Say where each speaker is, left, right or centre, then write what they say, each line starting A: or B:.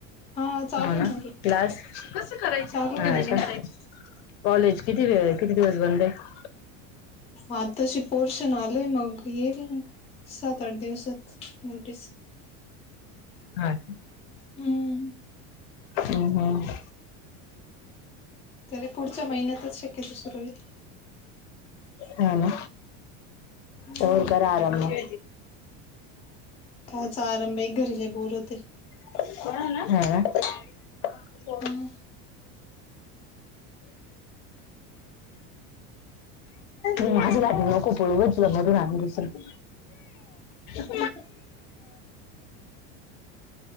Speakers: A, on the left (about 15°); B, on the left (about 60°).
A: हा चालू
B: हो ना,
A: आहे
B: क्लास, हा का,
A: चालू आहे.
B: कॉलेज किती वेळ? किती दिवस बंद आहे?
A: हा तसे पोर्शन आले मग, येईल सात आठ दिवसात नोटीस.
B: हा का.
A: हम्म.
B: हुं, हुं.
A: तरी पुढच्या महिन्यातच शक्यतो सुरू होईल.
B: हा ना,
A: हम्म.
B: तवर करा आराम मग.
A: कायचा आराम बाई घरी लई बोर होते.
B: हा. <unintelligible>
A: हा ना.
B: माझ लाटणं नको पळवू गं, तुला नवीन आणू दुसरं. <inaudible>
A: <unintelligible>